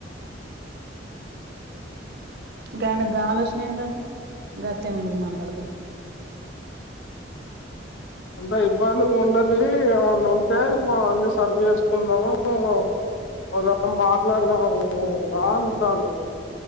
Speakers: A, on the right; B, on the left.
A: గాయనక్ గా ఆలోచన ఏందట గట్లెందుకు మాట్లాడ్తడ్
B: అంత ఇబ్బందిగుండది ఏమన్నుంటే మా అన్ని సర్ చేస్కుందాము ఒసార్ మాట్లాడ్కుందాము రా అంటాండు.